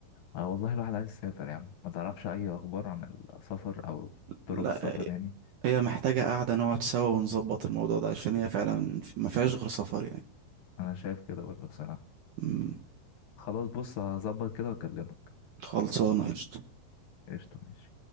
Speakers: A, on the left; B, on the right.
A: اه والله الواحد عايز يسافر يا عم ما تعرفش اي اخبار عن السفر او طرق
B: لا
A: السفر يعني
B: هي محتاجة قاعدة نقعد سوا ونظبط الموضوع ده عشان هي فعلا ما فيهاش غير سفر يعني
A: انا شايف كده برضه بصراحه
B: أمم،
A: خلاص بص هظبط كده واكلمك
B: خلصانة قشطة
A: قشطه ماشي